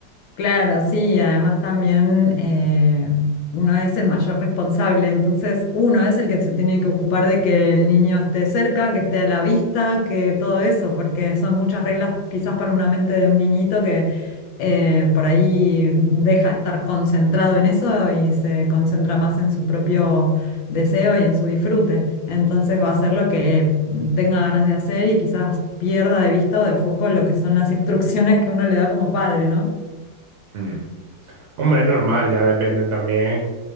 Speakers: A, on the left (about 80°); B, on the right (about 60°).
A: Claro, sí, además también eh, uno es el mayor responsable, entonces uno es el que se tiene que ocupar de que el niño esté cerca, que esté a la vista, que todo eso, porque son muchas reglas quizás para una mente de un niñito que eh, por ahí deja de estar concentrado en eso y se concentra más en su propio deseo y en su disfrute. Entonces va a hacer lo que tenga ganas de hacer y quizás pierda de vista o de foco lo que son las instrucciones que uno le da como padre, ¿no?
B: Mm. Hombre, es normal, ya depende también